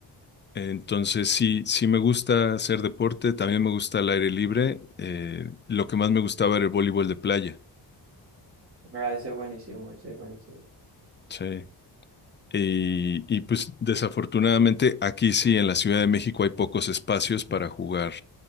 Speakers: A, on the left; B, on the right.
A: entonces sí, sí me gusta hacer deporte, también me gusta el aire libre. eh, lo que más me gustaba era el voleibol de playa.
B: Ah, ese es buenísimo, ese es buenísimo.
A: Sí. Y, y pues desafortunadamente aquí sí, en la Ciudad de México hay pocos espacios para jugar